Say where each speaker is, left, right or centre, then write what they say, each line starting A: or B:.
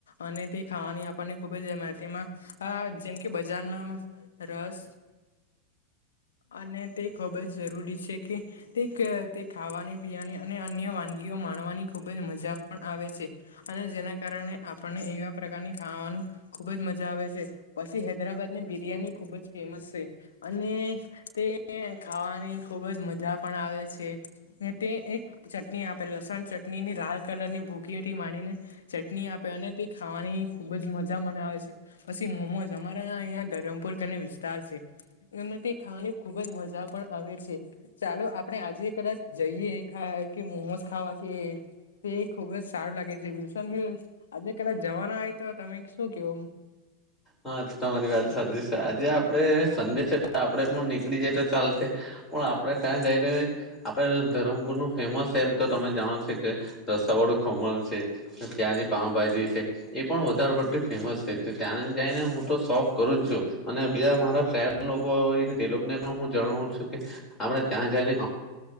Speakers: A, on the left; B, on the left.
A: અને તે ખાવાની આપણને ખુબ જ એમ તેમાં આ જેમ કે બજારના રસ અને તે ખૂબ જ જરૂરી છે કે તે તે ખાવાની પીવાની અને અન્ય વાનગીઓ માણવાની ખુબ જ મજા પણ આવે છે અને જેના કારણે આપણને એવા પ્રકારની ખાવાનું ખુબ જ મજા આવે છે પછી હૈદરાબાદની બિરિયાની ખુબ જ ફેમસ છે અને તે ખાવાની ખુબ જ મજા પણ આવે છે ને તે એક ચટણી આપે લસણ ચટણીની લાલ કલરની ભૂખેથી માંડીને ચટણી આપે અને તે ખાવાની ખુબ જ મજા મનાવે છે પછી મોમોઝ અમારા અહિયા ધરમપુર કરીને વિસ્તાર છે એમની તે ખાવાની ખુબ જ મજા પણ આવે છે ચાલો આપણેે આજે કદાચ જઈએા કે મોમોઝ ખાવા કે તે ખુબ જ સારું લાગે છે વિલ્સન હિલસ આજે કદા જવાના આય તો તમે શું કહોમ
B: હા તમારી વાત સાચ છે આજે આપડે સેન્ડી છે તો આપડે પણ નીકળી જાય તો ચાલ પણ આપણેે ત્યાં જઈને આપડે ધરમપુર નું ફેમસ છે એમ તો તમે જાણો છો કે રસાવાડું ખમણ છે ત્યાંની પાઉભાજી છે એ પણ વધારે પડતી ફેમસ છે ત્યાં જઈને હું તો સોવ કરું છું અને બીજા મારા ફેર લોકો હોયને તે લોકોને પણ હું જણાવું છું કે આપડે ત્યાં જઈને